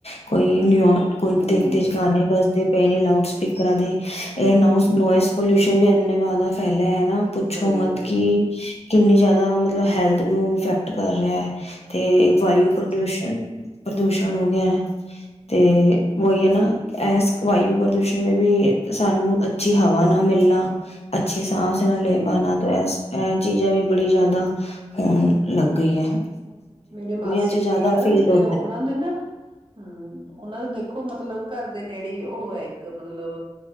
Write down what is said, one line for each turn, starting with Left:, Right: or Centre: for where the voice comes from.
Left: ਕੋਈ ਲੌਂਜ ਕੋਲ
Right: ਹੂੰ,
Left: ਤੇਜ ਤੇਜ ਗਾਣੇ ਵਜਦੇ ਪਹਿ ਨੇ, ਲਾਊਡ ਸਪੀਕਰ ਇਸ ਤਰਹ ਇਹ ਨੋਇਜ਼ ਪੋਲਿਊਸ਼ਨ ਵੀ ਇੰਨੇ ਵਦਾ ਫੈਲਿਆ ਹੈਨਾ ਪੁੱਛੋ
Right: ਸਹੀ
Left: ਮਤ
Right: ਗੱਲ
Left: ਕੀ
Right: ਆ,
Left: ਕਿੰਨੀ ਜ਼ਿਆਦਾ ਮਤਲਬ ਹੈਲਥ ਨੂੰ ਇੈਕਟ ਕਰ ਰਿਹਾ ਤੇ
Right: ਹੂੰ,
Left: ਵਾਯੂ ਪੋਲੂਸ਼ਨ ਪ੍ਰਦੂਸ਼ਣ ਹੋ ਗਿਆ ਤੇ ਉਹੀ ਹੈ ਨਾ ਇਸ ਵਾਯੂ ਪ੍ਰਦੂਸ਼ਣ ਵੀ ਵੀ ਸਾਨੂੰ ਅੱਛੀ ਹਵਾ ਨਾ ਮਿਲਣਾ ਅੱਛੀ ਸਾਂਸ ਨਾਲ
Right: ਸਹੀ
Left: ਲੈ ਪਾਣਾ,
Right: ਗੱਲ ਆ।
Left: ਤੋ ਐਸੇ ਚੀਜ਼ਾਂ ਵੀ ਬੜੀ ਜ਼ਿਆਦਾ ਹੁਣ ਲੱਗੀ ਹੈ
Right: ਮੇਰੇ ਮਾਸੀ
Left: ਚ ਜ਼ਿਆਦਾ
Right: ਜੀ ਐ,
Left: ਫੀਲ
Right: ਤੇ
Left: ਹੁੰਦਾ
Right: ਉਹਨਾਂ
Left: ਹੈ।
Right: ਦੇ ਨਾ ਹੂ ਉਹਨਾਂ ਦੇ ਦੇਖੋ ਮਤਲਬ ਘਰ ਦੇ ਨੇੜੇ ਉਹ ਹੈ ਇੱਕ ਮਤਲਬ